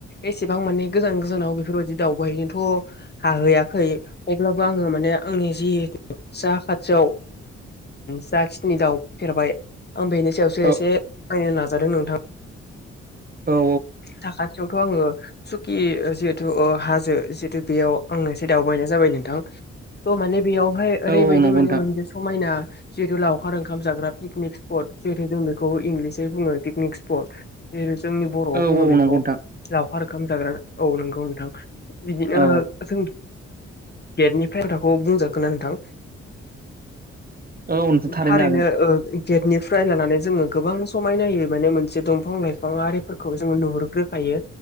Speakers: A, on the left; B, on the right.
A: एसेबां माने गोजान गोजानाव बेफोरबायदि दावउबाय हैैनोथ' हाहैयाखै अब्लाबो आंङो माने आंनि जिहेथु जा खाथियाव जाखिनि दाउ फैफेरबाय आं बेनि सायावसो
B: औ
A: एसे फोरमायनो मायनो नाजादों नोंथां
B: औ
A: थाखा सियावथ' आंङो सुखि जिहेथु हाजो जिहेथु बेयाव आंनो एसे दावबायनाय जाबाय नोंथां थ' माने बेयावहाय
B: औ
A: ओरैबायदि
B: औ नंगौ
A: माने
B: नोंथां
A: मोनसे समायना जिहेथुलावखार ओंखाम जाग्रा पिकनिक स्पट जिहेतु जों बेखौ इंलिसै बुंङो पिकनिक स्पट बे जोंनि बर'आव
B: औ
A: बुंङो
B: औ
A: बेखौ
B: नंगौ नोंथां
A: लावखार ओंखाम जाग्रा औ नोंगौ नोंथां बिदिनो
B: औ
A: जों गेटनिफ्राय खोथाखौ बुंजागोना नोंथां
B: औ नोंथां
A: थारैनो
B: हागोन
A: ओ गेटनिफ्राय लानानै जोंङो गोबां समायना होै माने मोनसे दंफां लाइफां आरिफोरखौ जोंङो नुहुरग्रोखायो यो